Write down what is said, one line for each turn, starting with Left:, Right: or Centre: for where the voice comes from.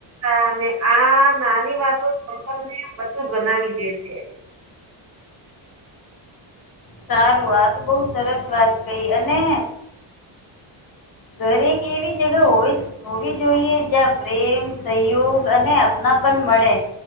Right: અને આ નાની વાતો સં એ બધું બનાવી દે છે.
Left: સારું આ તો બહ સરસ વાત કઈ અને ઘરે કે એવી જગ હોવી. હોવી જોઈએ જ્યાં પ્રેમ સહયોગ અને અપના પણ મળે.